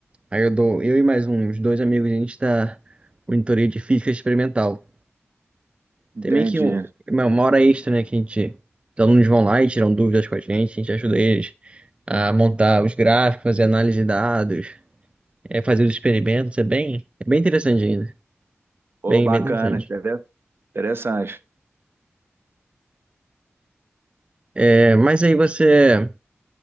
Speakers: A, on the right (about 25°); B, on the right (about 55°).
A: Aí eu dou, eu e mais uns dois amigos, a gente tá monitoria de física experimental.
B: Entendi.
A: Tem meio que um- uma uma hora extra, né? Que a gente, os alunos vão lá e tiram dúvidas com a gente, a gente ajuda eles a montar os gráficos, fazer análise de dados, é, fazer os experimentos. É bem, é bem interessante ainda.
B: Pô,
A: Bem,
B: bacana,
A: bem interessante.
B: entendeu? Interessante.
A: É, mas aí você.